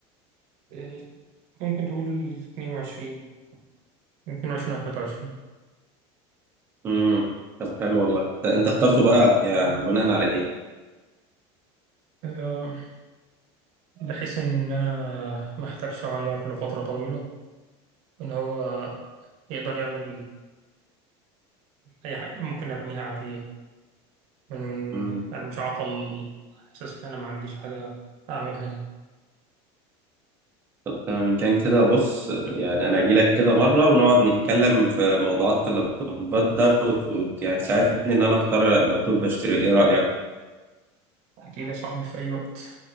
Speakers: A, on the right; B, on the right.
A: آه، ممكن تقول اتنين وعشرين اتنين وعشرين أو تلاتة وعشرين
B: مم. طب حلو والله انت أنت اخترته بقى يا بناء على
A: آه، بحيث إن أنا محتاجش أغير لفترة طويلة إن هو يقدر يعمل أي حاجة ممكن أرميها عليه من
B: ايه
A: يعني مش عطل على أساس إن أنا ما عنديش حاجة أعملها
B: طب تمام إن كان كده بص يعني أنا أجيلك كده مرة ونقعد نتكلم في موضوعات اللابتوبات ده وت... وت... يعني تساعدني إن أنا أختار لابتوب أشتري إيه رأيك؟
A: أكيد يا صاحبي في أي وقت